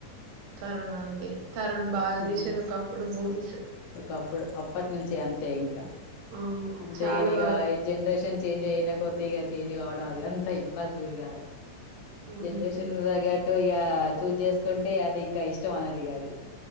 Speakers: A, on the right (about 80°); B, on the left (about 80°).
A: తరునా అండి తరుణ్ బాగా
B: హ్
A: తీసేది ఒకప్పుడు మూవీస్
B: ఒకప్పుడు అప్పటి నుంచి అంతే ఇంకా
A: అవును
B: అంతేగాని
A: చాలా
B: ఈగా
A: బాగా
B: జనరేషన్ చేంజ్ అయినా కొద్ది ఇక చేంజ్ కావడం. అది అంత ఇంపాసిబుల్ కాదు జనరేషన్
A: అంతే
B: కు తగ్గట్ ఇగా చూజ్ చేసుకుంటే అది ఇంకా ఇష్టం అన్నరు ఇగా అది